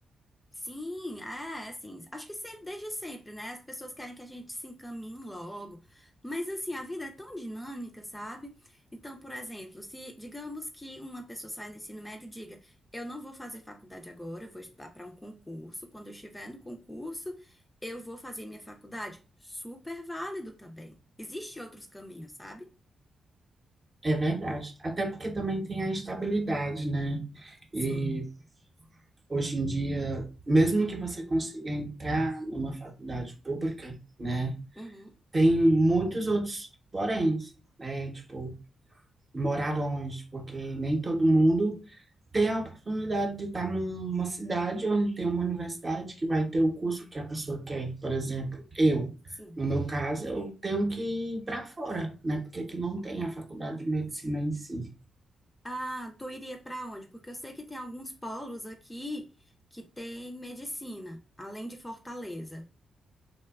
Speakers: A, on the left; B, on the right.
A: Sim, é, assim, acho que sempre, desde sempre, né? As pessoas querem que a gente se encaminhe logo, mas assim, a vida é tão dinâmica, sabe? Então, por exemplo, se digamos que uma pessoa sai do ensino médio e diga, eu não vou fazer faculdade agora, eu vou estudar para um concurso, quando eu estiver no concurso, eu vou fazer minha faculdade. Super válido também. Existem outros caminhos, sabe?
B: É verdade. Até porque também tem a estabilidade, né?
A: Sim.
B: E hoje em dia, mesmo que você consiga entrar numa faculdade pública, né?
A: Uhum.
B: Tem muitos outros porém, né? Tipo, morar longe, porque nem todo mundo tem a oportunidade de estar numa cidade onde tem uma universidade que vai ter o curso que a pessoa quer. Por exemplo, eu,
A: Sim.
B: no meu caso, eu tenho que ir para fora, né? Porque aqui não tem a faculdade de medicina em si.
A: Ah, tu iria para onde? Porque eu sei que tem alguns polos aqui que tem medicina, além de Fortaleza.